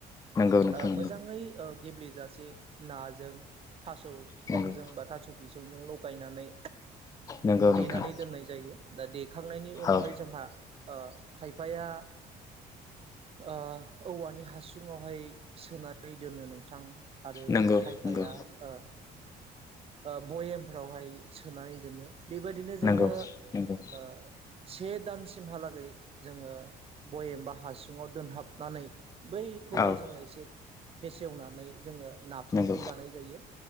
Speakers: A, on the left; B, on the right.
A: नंगौ नोंथां
B: आ मोजाङै ओ गेब्लेजासे नाजों थास' बिफांजों
A: नंगौ
B: बा थास' बिसंजों लगायनानै
A: नंगौ
B: देनानै
A: नोंथां
B: दोननाय जायो दा देखांनायनि उनावहाय
A: औ
B: जोंहा ओ खायफाया ओ औवानि हासुङावहाय सोनानै दोनो नोंथां आरो
A: नंगौ
B: खायफाया
A: नंगौ
B: ओ ओ बयामफोरावहाय सोनानै दोङो बेबायदिनो जोङो
A: नंगौ नंगौ
B: ओ से दानसिमहालागै जोङो बयेमबा हासुङाव दोनहाबनानै बैखौहाय
A: औ
B: जोङो एसे फेसेवनानै जोङो नाफामखौ
A: नंगौ
B: जानाय जायो